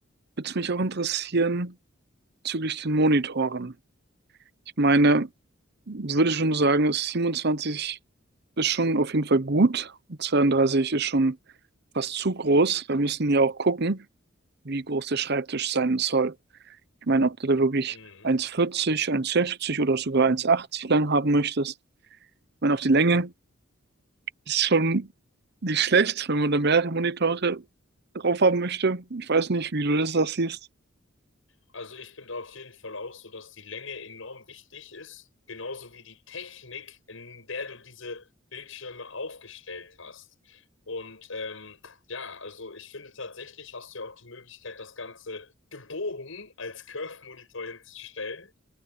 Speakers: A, on the right (about 55°); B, on the left (about 75°).
A: würde es mich auch interessieren bezüglich den Monitoren. Ich meine, würde schon sagen, 27 ist schon auf jeden Fall gut und 32 ist schon fast zu groß. Wir müssen ja auch gucken, wie groß der Schreibtisch sein soll. Ich meine, ob du da wirklich
B: Mhm.
A: 1,40, 1,60 oder sogar 1,80 lang haben möchtest. Ich meine, auf die Länge ist schon nicht schlecht, wenn man da mehrere Monitore drauf haben möchte. Ich weiß nicht, wie du das da siehst.
B: Also ich bin da auf jeden Fall auch so, dass die Länge enorm wichtig ist, genauso wie die Technik, in der du diese Bildschirme aufgestellt hast. Und ähm, ja, also ich finde tatsächlich hast du ja auch die Möglichkeit, das Ganze gebogen als Curve-Monitor hinzustellen.